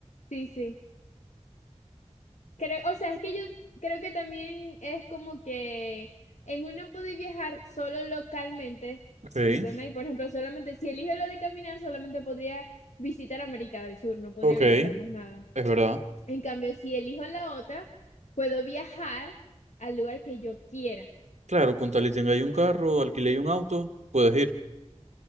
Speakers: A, on the left (about 75°); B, on the right (about 75°).
A: sí, sí. Creo, o sea, es que yo creo que también es como que en uno puede viajar solo localmente,
B: Sí.
A: ¿me entendéis? Por ejemplo, solamente, si elijo lo de caminar, solamente podría visitar América del Sur, no podría
B: Ok,
A: visitar
B: es
A: más nada.
B: verdad.
A: En cambio, si elijo la otra, puedo viajar al lugar que yo quiera.
B: Claro, con tal y tenga ahí un carro, alquile ahí un auto, puedes ir.